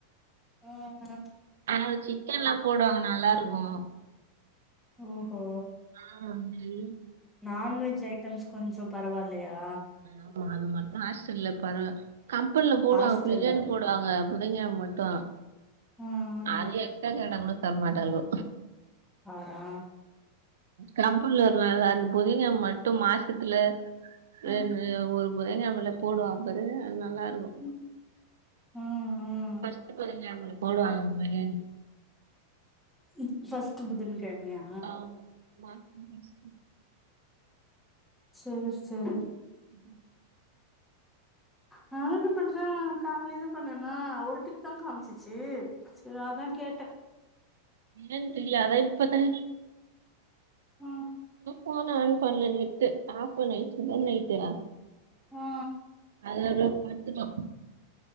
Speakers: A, in the centre; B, on the right.
A: ம் ம்
B: ஆனாலு சிக்கன்லா போடுவாங்க நல்லாருக்கு
A: ஓஹோ
B: ஆ அஞ்சு
A: நான்வெஜ் ஐட்டம்ஸ் கொஞ்சோ பரவால்லயா
B: ஆமா அது மட்டு ஹாஸ்டல்ல பரவா கம்பெனில்ல போடுவாங்க
A: ஹாஸ்டல்ல
B: பிரியாணி போடுவாங்க பிள்ளைங்க மட்டு
A: ஆ ஆ
B: அது எக்ஸ்ட்ரா கேட்டா கூட தரமாட்டாலுவ
A: ஆறா
B: கம்பெனில ஒரு நாள் அந்த புதிங்க மட்டு மாசத்துல
A: ம்
B: என்க்கு ஒரு புதன்கெழமல போடுவாங்க பாரு அது நல்லாருக்கு
A: ம் ம்
B: ஃபஸ்ட் புதன்கிழமல போடுவாங்க பிரியாணி
A: ம் ஃபஸ்ட் புதன் கெழமையா
B: ஆமா மாசம் ஃபர்ஸ்ட்டு
A: சோ <unintelligible>
B: ம்
A: நா என்ன பண்ற காலைல பண்ணேன்னா ஒருதிக்குதா காம்சிச்சு சேரி அதா கேட்ட
B: ஏன் தெரியாது இப்பத்தா
A: ஆ
B: போன் ஆன் பண்ல நெட்டு ஆப் பண்ணி வெச்சதா நைட்டு
A: ஆ ஆ
B: அதெல்லா பத்துட்டோ